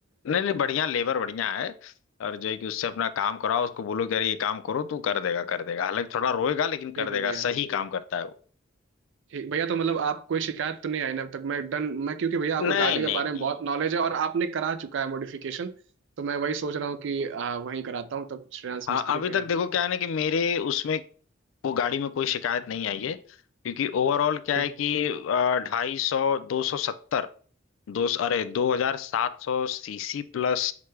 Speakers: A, on the left; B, on the right.
A: नहीं नहीं बढ़िया लेबर बढ़िया है और जो है कि उससे अपना काम कराओ उसको बोलो कि अरे ये काम करो तो कर देगा कर देगा हालांकि थोड़ा रोएगा लेकिन
B: ठीक
A: कर देगा
B: है भैया
A: सही काम करता है वो
B: ठीक भैया तो मतलब आप कोई शिकायत तो नहीं आई ना अब तक मैं डन मैं क्योंकि भैया आपको
A: नहीं
B: गाड़ी के
A: नहीं
B: बारे में
A: नहीं
B: बहुत नॉलेज है और आपने करा चुका है मॉडिफिकेशन तो मैं वही सोच रहा हूँ कि आ, वहीं कराता हूँ तब श्रेयांश
A: हाँ
B: मिस्त्री
A: अभी
B: के
A: तक
B: यहाँ ही।
A: देखो क्या है ना कि मेरे उसमें वो गाड़ी में कोई शिकायत नहीं आई है क्योंकि ओवरऑल क्या
B: ठीक
A: है कि ढाई सौ दो सौ सत्तर दो अरे दो हजार सात सौ सीसी प्लस